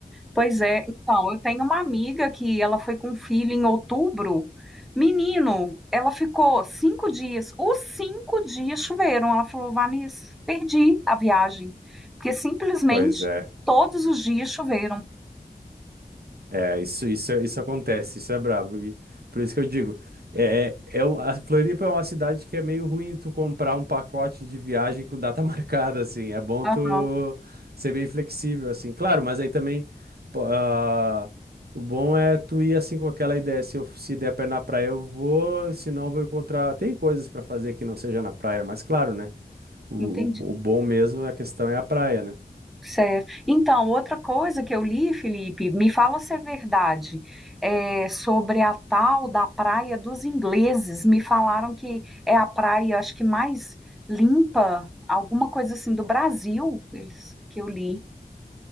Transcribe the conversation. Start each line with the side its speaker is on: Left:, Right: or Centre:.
Centre: Pois é, então, eu tenho uma amiga que ela foi com um filho em outubro. Menino, ela ficou cinco dias. Os cinco dias choveram. Ela falou, Vanessa, perdi a viagem. Porque simplesmente
Right: Pois é.
Centre: todos os dias choveram.
Right: É, isso, isso, isso acontece, isso é brabo. E por isso que eu digo, é, é, é um- a Floripa é uma cidade que é meio ruim tu comprar um pacote de viagem com data <laughs> marcada, assim. É bom
Centre: Aham,
Right: tu ser bem flexível, assim. Claro, mas aí também, pô, ah, o bom é tu ir assim com aquela ideia, se eu, se der pra ir na praia eu vou, se não eu vou encontrar... Tem coisas pra fazer que não seja na praia, mas claro, né? O,
Centre: entendi.
Right: o, o bom mesmo, a questão é a praia, né?
Centre: Certo. Então, outra coisa que eu li, Felipe, me fala se é verdade, é, sobre a tal da Praia dos Ingleses. Me falaram que é a praia, acho que mais limpa, alguma coisa assim do Brasil, eles que eu li.